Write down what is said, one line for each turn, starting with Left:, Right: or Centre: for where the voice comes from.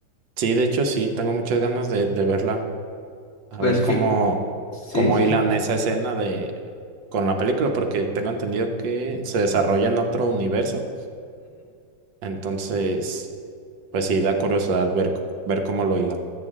Right: sí, de hecho sí, tengo muchas ganas de, de verla. A
Left: Pues
Right: ver cómo,
Left: fi- sí,
Right: cómo
Left: sí.
Right: hilan esa escena de con la película, porque tengo entendido que se desarrolla en otro universo. Entonces, pues sí, da curiosidad ver, c- ver cómo lo hilan.